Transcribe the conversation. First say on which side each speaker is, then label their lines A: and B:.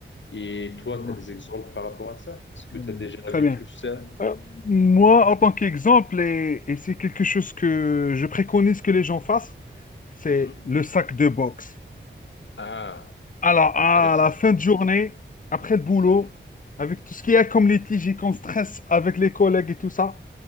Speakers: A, on the left; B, on the left.
A: Et toi,
B: Voilà.
A: tu as des exemples par rapport à ça? Est-ce que
B: Oui.
A: tu as déjà
B: Très
A: vécu
B: bien.
A: ça?
B: Euh, moi, en tant qu'exemple, et, et c'est quelque chose que je préconise que les gens fassent, c'est
A: Mhm.
B: le sac de boxe.
A: Ah,
B: Alors, à
A: intéressant.
B: la fin de journée, après le boulot, avec tout ce qu'il y a comme litige et comme stress avec les collègues et tout ça,